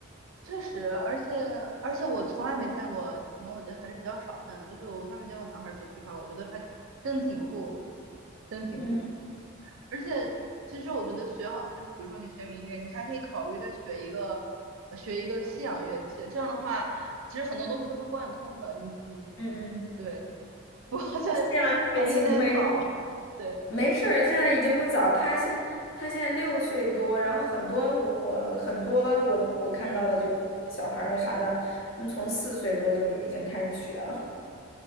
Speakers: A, on the right; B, on the left.
A: 确实，而且而且我从来没见过，可能我觉得还是比较少见的，就是我从来没见过男孩儿学琵琶，我觉得还真的挺酷的，真挺酷。
B: 嗯
A: 而且其实我觉得学好，就是比如说你学民乐，你还可以考虑再学一个呃学一个西洋乐器。这样的话，其实很多东西都是贯通的。你你对，
B: 嗯嗯，
A: 不过现在还是有点早。
B: 这样乐器你会
A: 对，
B: 没事儿，
A: 嗯
B: 现在已经不早。他现他现在六岁多，然后很多我我很多我我看到的就朋友的小孩儿啊啥的，
A: 嗯
B: 嗯，从四岁多就已经开始学了。